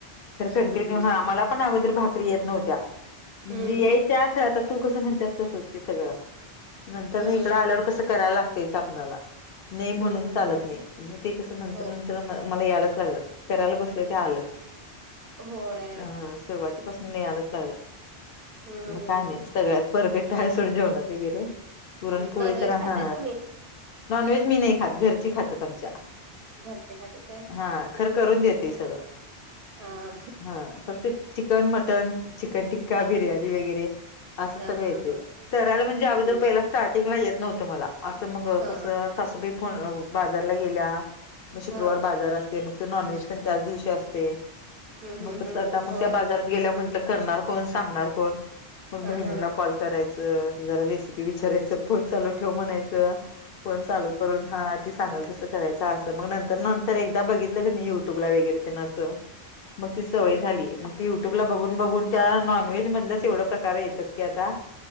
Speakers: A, on the left; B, on the right.
A: तर
B: हम्म
A: कंटिन्यू
B: हम्म
A: हा मला पण अगोदर भाकरी येत नव्हत्या म्हणजे
B: हम्म
A: यायच्या खर आता तू कसं म्हणतेस तसच की सगळं. तर
B: हम्म
A: इकडं आल्यावर कसं करायला लागतेच आपणाला नाही म्हणून
B: हम्म हम्म
A: चालत
B: हम्म
A: नाही मग ते कसं नंतर
B: हो
A: तर मला यायलाच लागलं करायला बसल ते आलंच
B: होय
A: अ सुरवात पासून नि आलाच लागलं
B: हम्म
A: मग काय नाही सगळ्यात परफेट हायसोड जेवणत वगैरे. पुरणपोळी
B: नॉनव्हेज
A: तर
B: खाताय
A: हा
B: तुम्ही
A: नॉनव्हेज मी नाही खात घरची खातात आमच्या.
B: घरच्यासाठी तर.
A: हा खरं करून देते सगळं.
B: हम्म
A: हा फक्त चिकन मटन चिकन टिक्का
B: हा
A: बिर्याणी वगैरे. असं
B: हा
A: सगळं
B: हा
A: येते
B: हा
A: करायला म्हणजे अगोदर
B: हम्म
A: पहिला स्टार्टिंगला येत नव्हतं मला असं मग
B: हा
A: कस सासूबाई फ बाजारला गेल्या मग शुक्रवार
B: हा
A: बाजार असते मग तो नॉन व्हेज पण त्याच दिवशी असते.
B: हम्म
A: मग
B: हम्म
A: कस
B: हम्म
A: आता मग
B: होय
A: त्या बाजार गेल्या म्हंटलं करणार कोण सांगणार कोण
B: हा
A: मग बहिणीला
B: हा
A: कॉल
B: हम्म
A: करायचं जरा रेसिपी विचारायचं फोन चालू ठेव म्हणायचं. फोन चालू करून हा. ती सांगाल तसं करायच असं मग नंतर नंतर एकदा बघितलं क युट्यूब ला वगैरे त्यांना असं मग ती सवय झालीय
B: हम्म
A: मग युट्यूब ला बघून बघून त्या नॉनव्हेज मधल्याच एवढं प्रकार येतात की आता